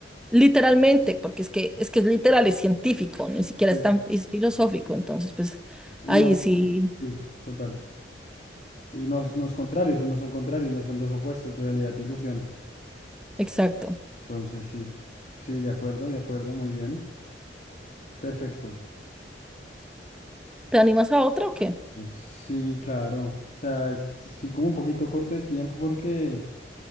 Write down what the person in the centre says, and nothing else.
literalmente, porque es que es que es literal, es científico, ni siquiera
es tan es filosófico, entonces pues
ahí
sí,
exacto.
¿Te animas a otra o qué?